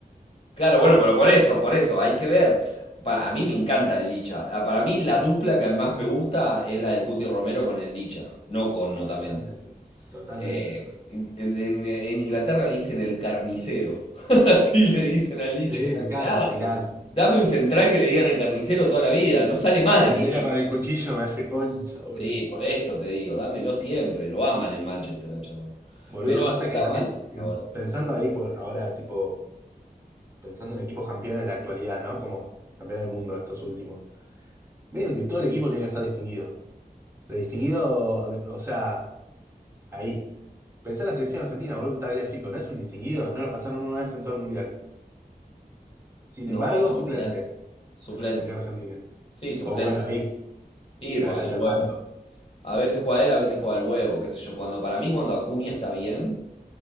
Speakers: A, on the left; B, on the right.
A: Claro, bueno, pero por eso, por eso, hay que ver. Pa- a mí me encanta el Licha. Ah, Para mí la dupla que más me gusta es la del Cuti Romero con el Licha, no con Notamendi.
B: Totalmente, totalmente.
A: Eh, en, en- en Inglaterra le dicen el carnicero. <laughs> Así le dicen al Licha,
B: Sí,
A: imagínate.
B: me encanta, me encanta.
A: Dame un central que le digan el carnicero toda la vida, no sale más
B: La
A: de
B: bandera
A: mi equipo.
B: con el cuchillo me hace
A: Sí,
B: concha, boludo.
A: por eso te digo, dámelo siempre. Lo aman en Manchester, al chabón.
B: Boludo,
A: Pero
B: pasa
A: está
B: que también
A: mal
B: piens-
A: ahora.
B: pensando ahí por ahora, tipo, pensando en equipos campeones de la actualidad, ¿no? Como campeón del mundo estos últimos. Medio que todo el equipo tiene que estar distinguido. De distinguido, de- o sea, ahí. Pensá en la selección argentina, boludo, un Tagliafico, ¿no es un distinguido? No lo pasaron una vez en todo el mundial. Sin
A: No,
B: embargo,
A: olvidar.
B: suplente
A: Suplente.
B: en la selección argentina.
A: Sí, suplente.
B: O bueno, ahí,
A: Sí, porque
B: a- alternando,
A: el huevo. A veces juega él, a veces juega el huevo, qué sé yo. Cuando para mí, cuando Acuña está bien,